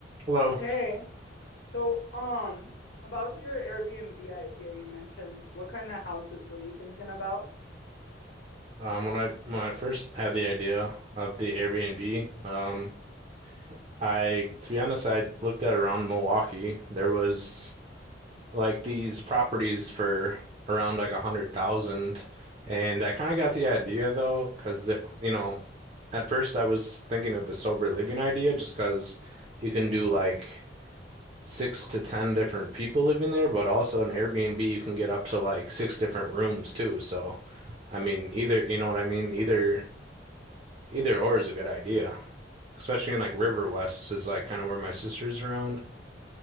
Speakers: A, on the right (about 35°); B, on the left (about 65°).
A: Hello.
B: Hey, so um, about your Airbnb idea you mentioned, what kind of houses were you thinking about?
A: Um, when I when I first had the idea of the Airbnb, um, I to be honest, I looked at around Milwaukee. There was like these properties for around like a hundred thousand, and I kind of got the idea though, because you know, at first I was thinking of a sober living idea, just because you can do like six to ten different people living there, but also an Airbnb you can get up to like six different rooms too. So. I mean, either, you know what I mean? Either Either or is a good idea, especially in like River West is like kind of where my sister's around.